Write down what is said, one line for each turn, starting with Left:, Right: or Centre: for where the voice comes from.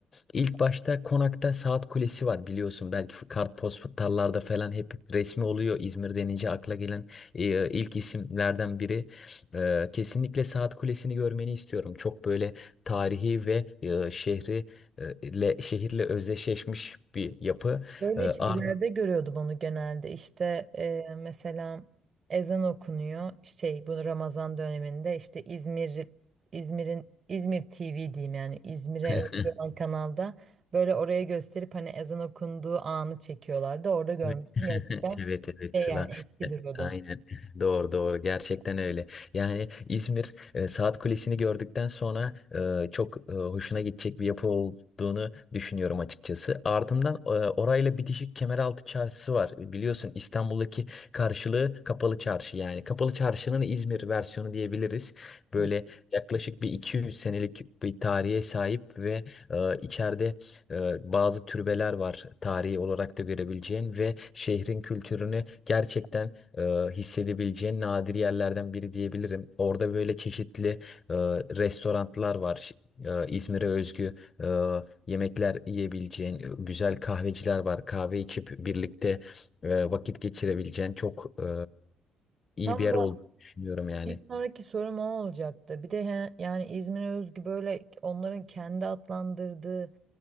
Left: ilk başta Konak'ta Saat Kulesi var biliyorsun. Belki kartpostallarda falan hep resmi oluyor. İzmir denince akla gelen e, ilk isimlerden biri. E, kesinlikle Saat Kulesi'ni görmeni istiyorum. Çok böyle tarihi ve e, şehri e, ile şehirle özdeşleşmiş bir yapı.
Right: Böyle
Left: E, Ar-
Right: şeylerde görüyordum onu genelde. İşte e, mesela ezan okunuyor. Şey bu Ramazan döneminde işte İzmir İzmir'in İzmir TV diyeyim yani İzmir'e
Left: <laughs>
Right: özgü olan kanalda böyle oraya gösterip hani ezan okunduğu anı çekiyorlardı. Orada görmüştüm
Left: Evet <laughs>
Right: gerçekten
Left: evet evet,
Right: şey
Left: Sıla.
Right: yani eski
Left: E,
Right: duruyordu.
Left: Aynen <laughs> doğru doğru gerçekten öyle. Yani İzmir e, Saat Kulesi'ni gördükten sonra e, çok e, hoşuna gidecek bir yapı olduğunu düşünüyorum açıkçası. Ardından e, orayla bitişik Kemeraltı Çarşısı var. Biliyorsun İstanbul'daki karşılığı Kapalı Çarşı yani. Kapalı Çarşı'nın İzmir versiyonu diyebiliriz. Böyle
Right: Hı.
Left: yaklaşık bir 200 senelik bir tarihe sahip ve e, içeride e, bazı türbeler var tarihi olarak da görebileceğin ve şehrin kültürünü gerçekten e, hissedebileceğin nadir yerlerden biri diyebilirim. Orada böyle çeşitli e, restoranlar var. Ş- e, İzmir'e özgü e, yemekler yiyebileceğin, e, güzel kahveciler var. Kahve içip birlikte e, vakit geçirebileceğin çok e, iyi
Right: Tam
Left: bir yer
Right: da
Left: olduğunu düşünüyorum yani.
Right: bir sonraki sorum o olacaktı. Bir de he- yani İzmir'e özgü böyle onların kendi adlandırdığı